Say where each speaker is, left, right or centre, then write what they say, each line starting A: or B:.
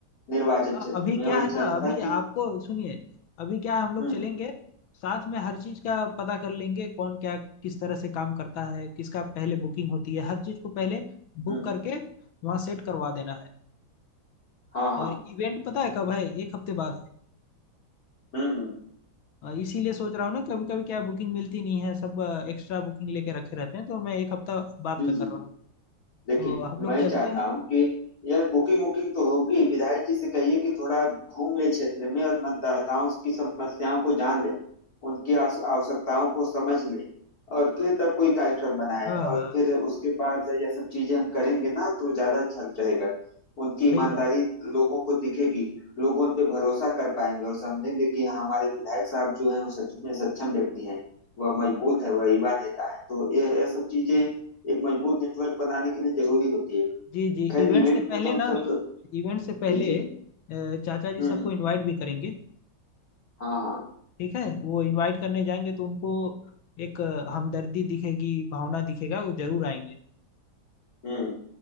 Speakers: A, on the left; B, on the left.
A: निर्वाचन
B: हाँ,
A: क्षेत्र
B: अभी
A: में
B: क्या
A: और
B: है ना
A: जनता
B: अभी
A: की
B: आपको सुनिए अभी क्या है हम लोग
A: हम्म
B: चलेंगे साथ में हर चीज का पता कर लेंगे कौन क्या किस तरह से काम करता है किसका पहले बुकिंग होती है हर चीज को पहले बुक
A: हम्म
B: करके वहाँ सेट करवा देना है
A: हाँ हाँ
B: और इवेंट पता है कब है एक हफ्ते बाद
A: हम्म हम्म
B: अ, इसीलिए सोच रहा हूँ ना कभी कभी क्या बुकिंग मिलती नहीं है सब एक्स्ट्रा बुकिंग लेके रखे रहते हैं तो मैं एक हफ्ता बाद
A: जी
B: का कर
A: जी
B: रहा हूँ
A: देखिए
B: तो हम लोग
A: मैं
B: चलते
A: चाहता
B: हैं
A: हूँ कि यह बुकिंग वुकिंग तो होगी विधायक जी से कहिए कि थोड़ा घूम ले क्षेत्र में और मतदाताओं की समस्याओं को जान ले उनकी आस- आवश्यकताओं को समझ ले और फिर तब कोई कार्यक्रम बनाए
B: हाँ
A: और
B: हाँ
A: फिर उसके बाद यह सब चीजें हम करेंगे ना तो ज्यादा अच्छा रहेगा उनकी
B: सही
A: ईमानदारी
B: बात
A: लोगों को दिखेगी लोग उन पे भरोसा कर पाएंगे और समझेंगे कि हमारे विधायक साहब जो हैं वो सच में सक्षम व्यक्ति हैं वह मजबूत है वह युवा नेता है तो ये ये सब चीजें एक मजबूत नेटवर्क बनाने के लिए जरूरी होती है
B: जी जी
A: खैर
B: इवेंट
A: इवेंट
B: से पहले
A: को तो हम
B: ना
A: सब सब
B: इवेंट से पहले
A: जी जी
B: अ, चाचा जी
A: हम्म
B: सबको
A: हम्म,
B: इनवाइट भी करेंगे
A: हाँ हाँ
B: ठीक है वो इनवाइट करने जाएंगे तो उनको एक अ, हमदर्दी दिखेगी भावना दिखेगा वो जरूर आएंगे
A: हम्म